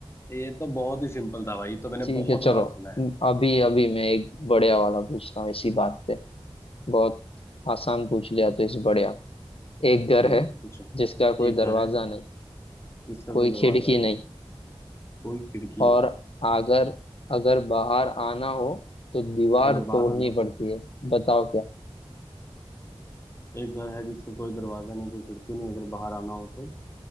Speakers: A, on the left (about 25°); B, on the left (about 65°).
A: ये तो बहुत ही सिंपल था भाई ये तो मैंने
B: ठीक
A: बहुत
B: है चलो
A: बार सुना है
B: अभी अभी मैं एक बढ़िया वाला पूछता हूँ इसी बात पे बहुत आसान पूछ लिया तो इस बढ़िया एक घर
A: हम्म
B: है
A: पूछो
B: जिसका कोई
A: एक
B: दरवाजा
A: घर है
B: नहीं
A: जिसका
B: कोई
A: कोई दरवाजा
B: खिड़की
A: नहीं
B: नहीं
A: कोई खिड़की नहीं
B: और अगर अगर बाहर आना हो तो दीवार
A: अगर बाहर
B: तोड़नी
A: आना
B: पड़ती है बताओ क्या
A: एक घर है जिसका कोई दरवाजा नहीं कोई खिड़की नहीं अगर बाहर आना हो तो